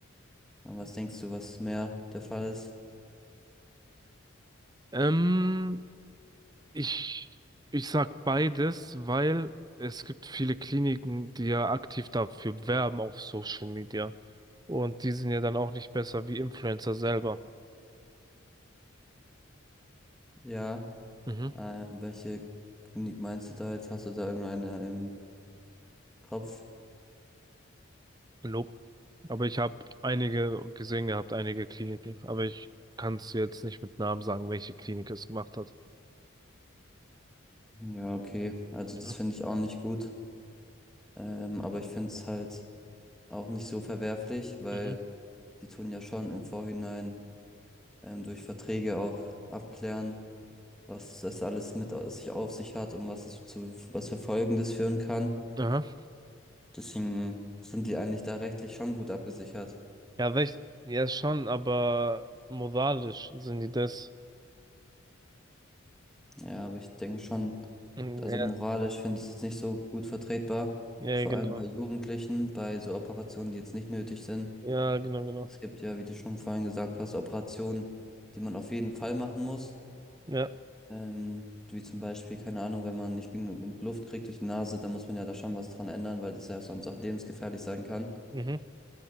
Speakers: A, in the centre; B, on the right.
A: Und was denkst du, was mehr der Fall ist?
B: Ähm, ich, ich sag beides, weil es gibt viele Kliniken, die ja aktiv dafür werben auf Social Media. Und die sind ja dann auch nicht besser wie Influencer selber.
A: Ja,
B: Mhm.
A: ähm, welche Klinik meinst du da jetzt? Hast du da irgendeine im Kopf?
B: Nope. Aber ich habe einige gesehen gehabt, einige Kliniken. Aber ich kann es jetzt nicht mit Namen sagen, welche Klinik es gemacht hat.
A: Ja, okay. Also
B: Mhm.
A: das finde ich auch nicht gut. Ähm, aber ich finde es halt auch nicht so verwerflich, weil
B: Mhm.
A: die tun ja schon im Vorhinein ähm, durch Verträge auch abklären, was das alles mit au- sich auf sich hat und was es zu was für Folgen das führen kann.
B: Aha.
A: Deswegen sind die eigentlich da rechtlich schon gut abgesichert.
B: Ja, recht, ja schon, aber moralisch sind die das.
A: Ja, aber ich denke schon,
B: Mhm,
A: also
B: Ja,
A: moralisch finde ich es jetzt nicht so gut vertretbar.
B: ja,
A: Vor
B: genau.
A: allem bei Jugendlichen, bei so Operationen, die jetzt nicht nötig sind.
B: Ja, genau, genau.
A: Es gibt ja, wie du schon vorhin gesagt hast, Operationen, die man auf jeden Fall machen muss.
B: Ja,
A: Ähm, wie zum Beispiel, keine Ahnung, wenn man nicht genug Luft kriegt durch die Nase, dann muss man ja da schon was dran ändern, weil das ja sonst auch lebensgefährlich sein kann.
B: mhm.